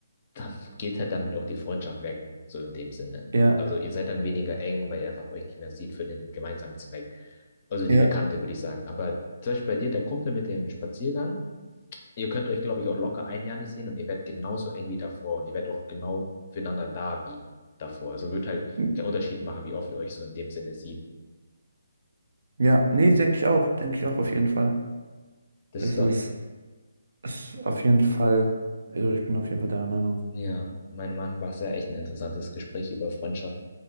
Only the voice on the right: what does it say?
Ja,
ja,
m-
ja, nee, denke ich auch, denke ich auch auf jeden Fall.
Es
ist, es ist auf jeden Fall, also ich bin auf jeden Fall deiner Meinung.